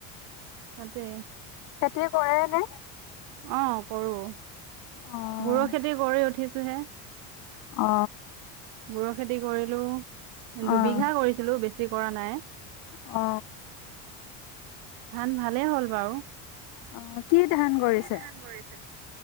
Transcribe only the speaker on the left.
খেতি কৰে নে
অ',
অ
অ',
অ
অ কি ধান কৰিছে?